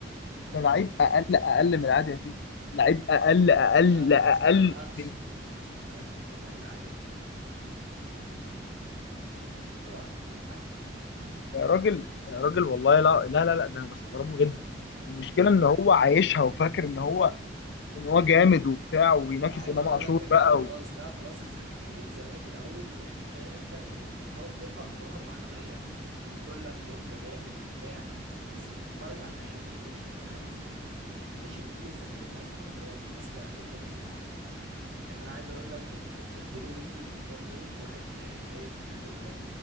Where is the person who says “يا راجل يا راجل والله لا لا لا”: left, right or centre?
Left